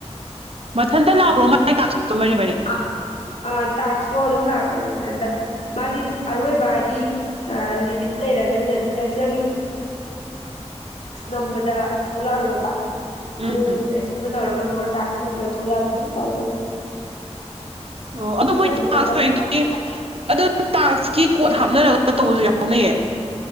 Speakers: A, on the right; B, on the left.
A: ꯃꯊꯟꯇ ꯂꯥꯛꯄ꯭ꯔꯣ ꯃꯥꯏ ꯀꯥꯛꯇꯣ ꯃꯔꯤ ꯃꯔꯤ
B: ꯑꯥ ꯑꯥ ꯇꯥꯛꯁꯇꯣ ꯑꯗꯨꯝ ꯂꯥꯛꯄꯅꯦ ꯃꯊꯟꯇ ꯃꯥꯒꯤ ꯑꯔꯣꯏꯕ ꯍꯥꯏꯗꯤ ꯂꯤꯃꯤꯠ ꯂꯩꯔꯒꯅꯤꯅꯦ ꯑꯗꯨꯝ ꯂꯦꯄꯆꯈꯤꯕ ꯅꯝꯕꯗ ꯊꯣꯛꯂꯛꯑꯔꯣꯏꯕ
A: ꯎꯝ
B: ꯑꯗꯨ
A: ꯎꯝ
B: ꯔꯤꯐ꯭ꯔꯦꯁ <unintelligible> ꯁ ꯇꯧꯔꯒ ꯃꯣꯔ ꯇꯥꯛꯁ ꯅꯝꯕꯔ ꯊꯣꯛꯂꯛꯑꯗꯤ ꯑꯗꯨꯝ ꯇꯧꯗꯦ
A: ꯑꯣ ꯑꯗꯣ ꯃꯣꯏ
B: ꯂꯨꯄꯥ
A: ꯇꯥꯛꯁ
B: ꯆꯥꯝꯃ
A: ꯍꯒꯤ <unintelligible> ꯑꯗꯨ ꯇꯥꯛꯁꯀꯤ ꯀꯣꯠ ꯍꯥꯞꯅꯔꯒ ꯇꯧꯕꯁꯨ ꯌꯥꯎꯅꯩꯌꯦ